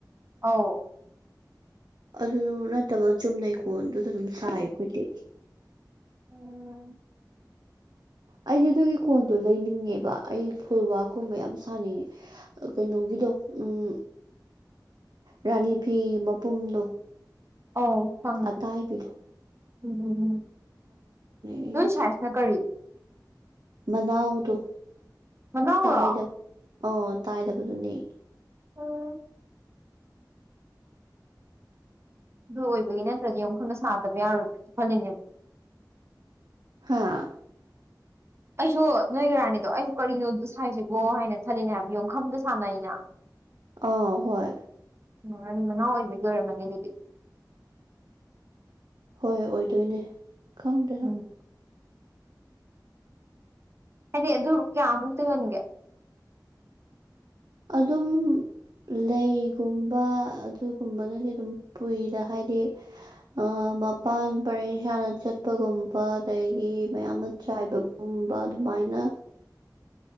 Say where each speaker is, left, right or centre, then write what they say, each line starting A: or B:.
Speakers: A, on the right; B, on the right.
A: ꯑꯧ
B: ꯑꯗꯨ ꯅꯠꯇꯕ ꯆꯨꯝꯅꯩ ꯀꯣꯟꯗꯨꯗ ꯑꯗꯨꯝ ꯁꯥꯏꯌꯦ ꯑꯩꯈꯣꯏꯗꯤ
A: ꯎꯝ
B: ꯑꯩꯗꯤ ꯑꯗꯨꯒꯤ ꯀꯣꯟꯗꯣ ꯂꯩꯅꯤꯡꯉꯦꯕ ꯑꯩ ꯐꯨꯜꯋꯥꯛꯀꯨꯝꯕ ꯌꯥꯝ ꯁꯥꯅꯤꯡꯉꯦ ꯀꯩꯅꯣꯒꯤꯗꯣ ꯎꯝ ꯔꯥꯅꯤ ꯐꯤ ꯃꯄꯨꯝꯗꯣ
A: ꯑꯣ ꯐꯪ
B: ꯑꯇꯥꯏꯕꯤꯗꫭ
A: ꯎꯝ
B: ꯑꯩ
A: ꯅꫭꯏ ꯁꯥꯏꯁꯤꯅ ꯀꯔꯤ
B: ꯃꯅꯥꯎꯗꯣ
A: ꯃꯅꯥꯎꯔꯣ
B: ꯇꯥꯏꯗꯕ ꯑꯥ ꯇꯥꯏꯗꯕꯗꯨꯅꯦ
A: ꯎꯝ ꯑꯗꯨ ꯑꯣꯏꯕꯒꯤ ꯅꯠꯇ꯭ꯔꯗꯤ ꯑꯃꯨꯛ ꯈꯪꯅ ꯁꯥꯗꯕ ꯌꯥꯔꯣꯏꯕ꯭ꯔꯁꯨ ꯈꯜꯂꯤꯅꯦꯕ
B: ꯍꯥꯥ
A: ꯑꯩꯁꯨ ꯅꯣꯏꯒꯤ ꯔꯥꯅꯤꯗꯣ ꯑꯩꯁꯨ ꯀꯔꯤꯅꯣ ꯑꯗꯨꯗꯥ ꯁꯥꯏꯁꯤꯕꯣ ꯍꯥꯏꯅ ꯈꯜꯂꯤꯅꯦ ꯍꯥꯏꯕ ꯌꯣꯟꯈꯝꯗ ꯁꯥꯟꯅꯩꯩꯅ <inaudible>
B: ꯑꯥ ꯍꯣꯏ
A: ꯎꯝ ꯔꯥꯅꯤ ꯃꯅꯥꯎ ꯑꯣꯏꯕꯒꯤ ꯑꯣꯏꯔꯝꯃꯅꯤ ꯑꯗꯨꯗꯤ
B: ꯍꯣꯏ ꯑꯣꯏꯗꯣꯏꯅꯦ ꯈꯪꯗꯦꯗꯥ
A: ꯎꯝ ꯍꯥꯏꯗꯤ ꯑꯗꯨ ꯀꯦꯌꯥꯃꯨꯛꯇ ꯌꫭꯟꯒꯦ
B: ꯑꯗꯨꯝ ꯂꯩꯒꯨꯝꯕ ꯑꯗꯨꯒꯨꯝꯕꯅꯗꯤ ꯑꯗꯨꯝ ꯄꯨꯏꯗ ꯍꯥꯏꯗꯤ ꯑꯥ ꯃꯄꯥꯟ ꯄꯔꯦꯡ ꯁꯥꯥꯅ ꯆꯠꯄꯒꯨꯝꯕ ꯑꯗꯒꯤ ꯃꯌꯥꯝ ꯑꯃ ꯆꯥꯏꯕ ꯒꯨꯝꯕ ꯑꯗꯨꯃꯥꯏꯅ
A: <unintelligible>